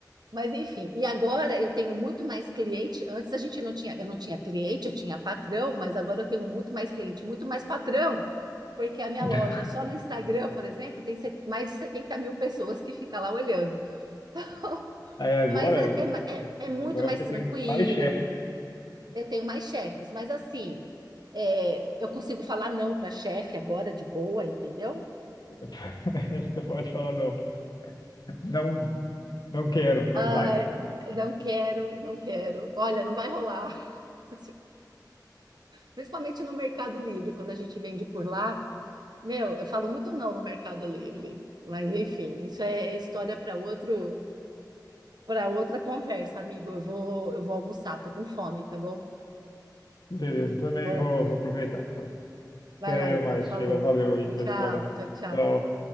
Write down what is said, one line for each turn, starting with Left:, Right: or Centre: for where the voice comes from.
Right: mas enfim, e agora eu tenho muito mais cliente. Antes a gente não tinha, eu não tinha cliente, eu tinha patrão, mas agora eu tenho muito mais cliente, muito mais patrão, porque a minha
Left: <laughs>
Right: loja só no Instagram, por exemplo, tem se- mais de 70 mil pessoas que ficam lá olhando. <laughs>
Left: Aí agora,
Right: Mas é, é, ma- é- é muito
Left: agora
Right: mais
Left: você
Right: tranquilo,
Left: tem mais chefe.
Right: eu tenho mais chefes, mas assim, é, eu consigo falar não para chefe agora de boa, entendeu?
Left: <laughs> Você pode falar não. Não, não quero, não
Right: Ai,
Left: vai.
Right: não quero, não quero. Olha, não vai rolar. <laughs> Principalmente no Mercado Livre, quando a gente vende por lá, meu, eu falo muito não no Mercado Livre. Mas enfim, isso é é história para outro, para outra conversa, amigo. Eu vou, eu vou almoçar, tô com fome, tá bom?
Left: Beleza, também
Right: Vou
Left: vou,
Right: lá.
Left: vou aproveitar então.
Right: Vai
Left: Até
Right: lá então,
Left: mais,
Right: falou.
Left: Sheila. Valeu aí pela
Right: Tchau,
Left: história.
Right: tchau, tchau.
Left: Tchau.